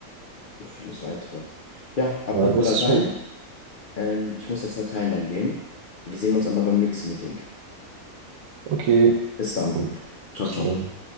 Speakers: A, on the left; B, on the right.
A: und vieles weitere. Ja, apropos
B: Ja, das
A: Latein.
B: ist schon
A: Ähm, ich muss jetzt Latein lernen gehen. Wir sehen uns aber beim nächsten Meeting.
B: okay.
A: Bis dann.
B: Gut.
A: Ciao,
B: Bis
A: ciao.
B: dann.